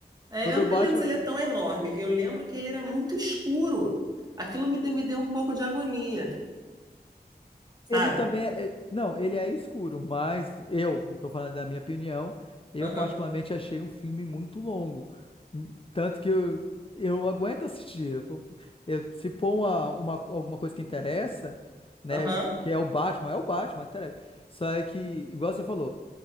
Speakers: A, on the right; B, on the left.
A: É,
B: O do
A: eu não
B: Batman,
A: me lembro se ele é tão enorme. Eu lembro que ele era muito escuro. Aquilo me, de- me deu um pouco de agonia sabe?
B: Ele também é, é- não, ele é escuro, mas eu, tô falando da minha opinião, eu
A: Aham,
B: particularmente achei um filme muito longo. Hum, Tanto que eu, eu aguento assistir. Eu, vou- eu- se for uma, uma, alguma coisa que interessa, né,
A: aham.
B: que é o Batman, é o Batman, interessa. Só é que, igual você falou,